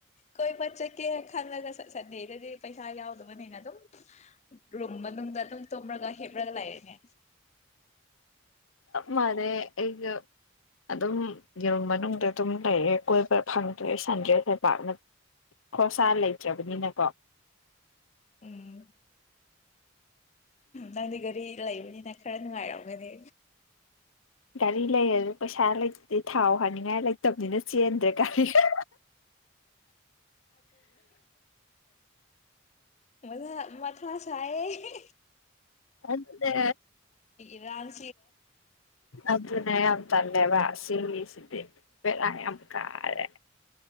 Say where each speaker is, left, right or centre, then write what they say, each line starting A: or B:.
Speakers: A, on the left; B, on the left.
A: ꯀꯣꯏꯕ ꯆꯠꯀꯦꯅ ꯈꯪꯜꯂꯒ ꯁꯟꯗꯦ ꯗꯗꯤ ꯄꯩꯁꯥ ꯌꯥꯎꯗꯕꯅꯤꯅ ꯑꯗꯨꯝ ꯔꯨꯝ ꯃꯅꯨꯡꯗ ꯑꯗꯨꯝ ꯇꯨꯝꯃ ꯂꯩ ꯍꯦꯕ꯭ꯔꯒ ꯂꯥꯏꯔꯦ
B: ꯃꯥꯅꯦ ꯑꯩꯒ ꯑꯗꯨꯝ ꯌꯦꯔꯨꯝ ꯃꯅꯨꯡꯗ ꯑꯗꯨꯝ ꯂꯩꯔꯦ ꯀꯣꯏꯕ ꯐꯪꯗ꯭ꯔꯦ ꯁꯟꯗꯦꯁꯨ ꯄꯥꯛꯅ ꯈꯣꯔꯁꯥ ꯂꯩꯇ꯭ꯔꯕꯅꯤꯅꯀꯣ
A: ꯎꯝ ꯅꯪꯗꯤ ꯒꯥꯔꯤ ꯂꯩꯕꯅꯤꯅ ꯈꯔ ꯅꯨꯡꯉꯥꯏꯔꯝꯒꯅꯤ
B: ꯒꯥꯔꯤ ꯂꯩꯔꯖꯨ ꯄꯩꯁꯥ ꯂꯩꯇ ꯊꯥꯎ ꯍꯥꯏꯅꯤꯡꯉꯥꯏ ꯂꯩꯇ ꯇꯕꯅꯤꯅ ꯆꯦꯟꯗ꯭ꯔꯦ ꯒꯥꯔꯤꯒ
A: ꯃꯖꯥ ꯃꯊꯥ ꯁꯥꯏꯌꯦ
B: ꯑꯗꯨꯅꯦ
A: ꯔꯥꯡ
B: ꯑꯗꯨꯅꯦ ꯇꯜꯂꯦꯕ ꯁꯤꯒꯤꯁꯤꯗꯤ ꯕꯦꯔꯥ ꯌꯥꯝ ꯀꯥꯔꯦ